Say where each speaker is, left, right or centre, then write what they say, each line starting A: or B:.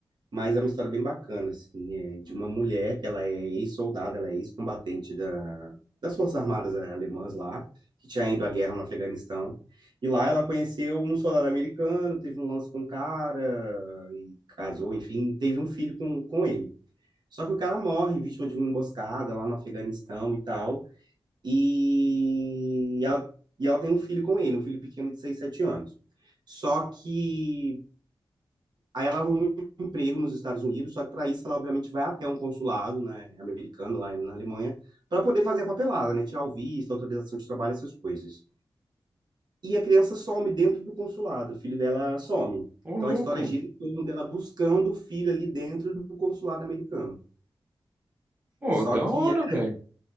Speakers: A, on the right; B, on the right.
A: Mas é uma história bem bacana, assim, é de uma mulher que ela é ex-soldada, ela é ex-combatente da, das Forças Armadas eh, alemãs lá, que tinha ido à guerra no Afeganistão. E lá ela conheceu um soldado americano, teve um lance com um cara, e casou, enfim, teve um filho com, com ele. Só que o cara morre vítima de uma emboscada lá no Afeganistão e tal, e ela, e ela tem um filho com ele, um filho pequeno de 6 7 anos. Só que Aí ela arruma um emprego nos Estados Unidos, só que para isso ela obviamente vai até um consulado, né, americano lá na Alemanha, para poder fazer a papelada, né, tirar o visto, autorização de trabalho, essas coisas. E a criança some dentro do consulado, o filho dela some.
B: Ô,
A: Então
B: louco.
A: a história gira em torno dela buscando o filho ali dentro do consulado americano.
B: Ô,
A: Só
B: da
A: que
B: hora,
A: a
B: velho.